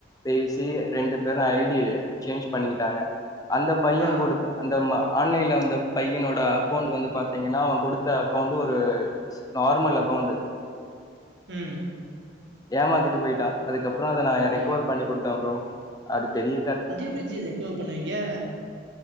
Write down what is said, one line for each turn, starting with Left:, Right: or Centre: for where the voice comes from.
Left: பேசி ரெண்டு பேரு ஐ டி ய சேஞ்ச் பண்ணிக்கிட்டாங்க அந்த பையங்
Right: ஆ.
Left: கூட தா அந்த ம ஆன்லைன்ல வந்த பையனோட அக்கௌண்ட் வந்து பாத்தீங்கன்னா அவங்குடுத்த அக்கௌண்ட் ஒரு நார்மல் அக்கௌண்டு
Right: ம்
Left: ஏமாத்திட்டு போயிட்டா அதுக்கப்றோ அத நா
Right: ஐயோ!
Left: ரெக்கவர் பண்ணி குடுத்தே ப்ரோ அது தெரிய
Right: அதெப்படி ஜி ரெக்கவர் பண்ணுவீங்க